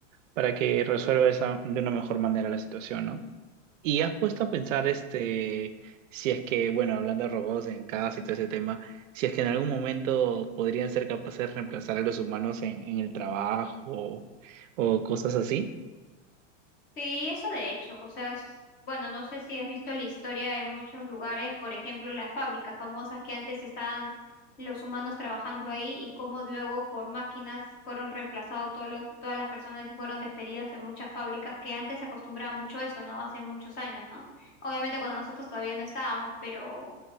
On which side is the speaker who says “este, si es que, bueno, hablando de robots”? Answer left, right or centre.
Right